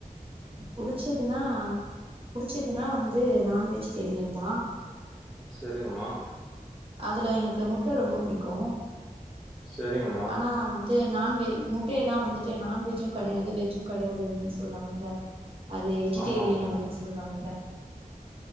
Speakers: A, on the right; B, in the centre.
A: புடிச்சதுனா புடிச்சதுனா வந்து நான் வெஜிடேரியன் தா
B: செரிங்கம்மா
A: அதுல எனக்கு முட்ட ரொம்ப புடிக்கோ
B: சரிங்கம்மா
A: ஆனா வந்து நான்வெ மு டய தா வந்துட்டு நான்வெஜ்ஜு கெடையாது வெஜ்ஜு கெடையாது அப்டின் சொல்றாங்கல்ல அது வெஜிடேரியன்
B: ஆமாங்கம்மா
A: அப்டின் சொல்றாங்கல்ல